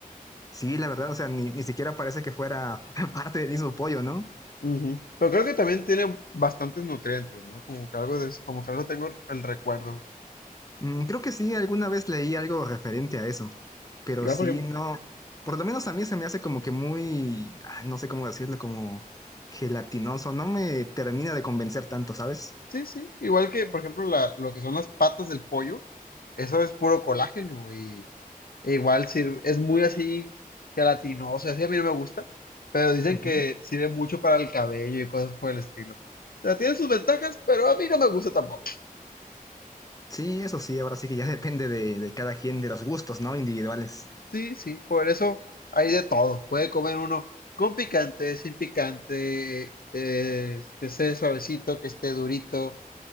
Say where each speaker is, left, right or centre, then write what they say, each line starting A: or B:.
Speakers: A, on the left; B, on the left.
A: Sí, la verdad, o sea, ni, ni siquiera parece que fuera <laughs> parte del mismo pollo, ¿no?
B: Ujú. Pero creo que también tiene bastantes nutrientes, ¿no? Como que algo de, como que algo tengo el recuerdo.
A: Mm, creo que sí, alguna vez leí algo referente a eso. Pero
B: Igual,
A: sí,
B: porque
A: no, por lo menos a mí se me hace como que muy, ah, no sé cómo decirlo, como gelatinoso, no me termina de convencer tanto, ¿sabes?
B: sí, sí. Igual que, por ejemplo, la- lo que son las patas del pollo, eso es puro colágeno y E igual sirve, es muy así gelatinoso, así a mí no me gusta, pero dicen
A: Ujú.
B: que sirve mucho para el cabello y cosas por el estilo. O sea, tiene sus ventajas, pero a mí no me gusta tampoco.
A: Sí, eso sí, ahora sí que ya <laughs> depende de, de cada quien, de los gustos, ¿no? Individuales.
B: Sí, sí, por eso hay de todo. Puede comer uno con picante, sin picante, eh, que esté suavecito, que esté durito.